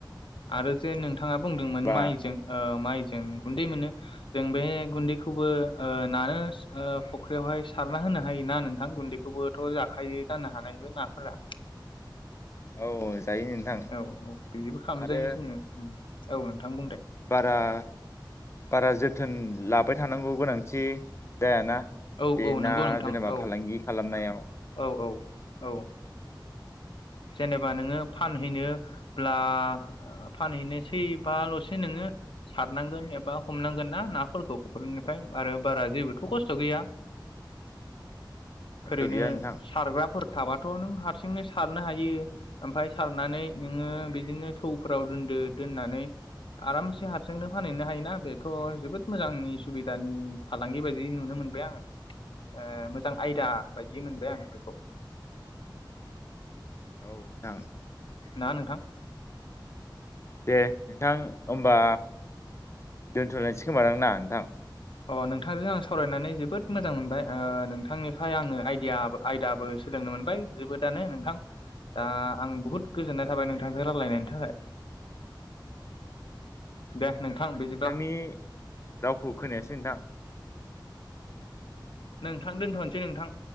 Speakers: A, on the left; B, on the left.
A: आरो जे नोंथा बिथाङा बुंदोंमोन
B: आंनिबा
A: माइजों ओ माइ जों गुन्दै मोनो जों बे गुन्दैखौबो ओ
B: औ
A: नानोस ओ फख्रियावहाय सारना होनो हायोना नोंथां गुन्दैखौबोथ' जाखायो जानो हानाय बे नाफोरा।
B: औ जायो नोंथां
A: औ - औ बिदिबो खालामामजायो
B: आरो
A: जोङो ओम। औ नोंथां बुं दे।
B: बारा - बारा जोथोन <unintelligible> <unintelligible> थानांगौ गोनांथि जायाना?
A: औ
B: बे
A: - औ
B: ना
A: नंगौ नोंथां
B: जेनेबा
A: औ
B: फालांगि खालामनायाव
A: - औ - औ - औ। जेनेबा नोङो फानहैनोब्ला फानहैनोसैबाल'सो नोङो सारनांगोन एबा हमनांगोन ना नाफोरखौ फ'ख्रिनिफाय आरो बारा जेबोथ' खस्थ' गैया।
B: खस्थ'
A: ओरैनो
B: गैया नोंथां
A: सारग्राफोर थाबाथ' नों हारसिंनो <unintelligible> <unintelligible> हायो ओमफाय सारनानै नोङो बिदिनो थौफोराव दोनदो दोननानै आरामसे हारसिंनो फानहैनो हायोना बेथ' जोबोद मोजांनि सुबिदानि फालांगि बायदि नुनो मोनबाय आङो ओ मोजां आयदा बायदि मोनबाय आङो बेखौ।
B: औ नोंथां।
A: ना नोंथां?
B: दे नोंथां होमबा दोन्थ'लायनोसै खोमादां ना नोंथां?
A: अ नोंथांजों आं सावरायनानै जोबोद मोजां मोनबाय। ओ नोंथांनिफ्राय आङो आइदिया आयदाबो सोलोंनो मोनबाय जोबोदानो नोंथां दा आं बुहुद गोजोननाय थाबाय नोंथांजों रायलायनायनि थाखाय दे। नोंथां बिदिब्ला
B: नोंथांनि रावखौ खोनायासै नोंथां। औ।
A: नोंथां दोनथ'नोसै नोंथां।